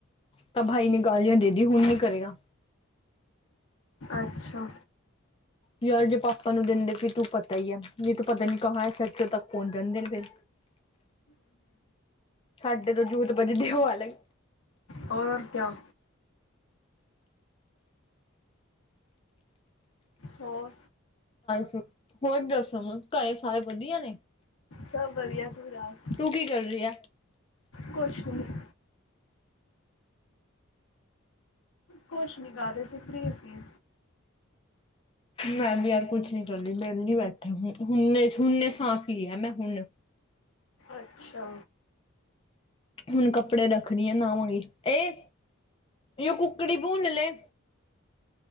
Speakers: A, on the left; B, on the left.
A: ਤਾਂ ਭਾਈ ਨੇ ਗਾਲੀਆਂ ਦੇਦੀ ਹੁਣ ਨੀ ਕਰੇਗਾ
B: ਅੱਛਾ
A: ਯਾਰ ਜੇ ਪਾਪਾ ਨੂੰ ਦਿੰਦੇ ਫਿਰ ਤੂੰ ਪਤਾ ਹੀ ਆ ਜੇ ਤੂੰ ਪਤਾ ਨੀ ਕਾਹਾਂ ਐੱਸ ਐੱਚ ਓ <unintelligible> ਪਹੁੰਚ ਜਾਂਦੇ ਨੇ ਫਿਰ ਸਾਡੇ ਤੋਂ ਜੂਤ ਬੱਜਦੇ ਉਹ ਅਲੱਗ
B: ਹੋਰ ਕਿਆ ਹੋਰ
A: ਸ ਹੋਰ ਦੱਸੋ ਘਰੇ ਸਾਰੇ ਵਧੀਆ ਨੇ?
B: ਸਭ ਵਧੀਆ! ਤੂੰ ਦੱਸ?
A: ਤੂੰ ਕੀ ਕਰ ਰਹੀ ਏ?
B: ਕੁਛ ਨਹੀਂ। ਕੁਛ ਨੀ ਕਰ ਰਹੀ ਸੀ ਫ੍ਰੀ ਸੀ
A: ਮੈਂ ਵੀ ਯਾਰ ਕੁਛ ਨੀ ਕਰਦੀ ਵਿਹਲੀ ਬੈਠੀ ਸੀ ਹੁਣ ਹੁਣੇ ਸਾਂਸ ਲੀ ਹੈ ਮੈਂ ਹੁਣ
B: ਅੱਛਾ
A: ਹੁਣ ਕੱਪੜੇ ਰੱਖ ਰੀ ਆ ਨਾ ਨਾਵਾਂਗੀ ਏ ਜੋ ਕੁੱਕੜੀ ਭੁੰਨ ਲੈ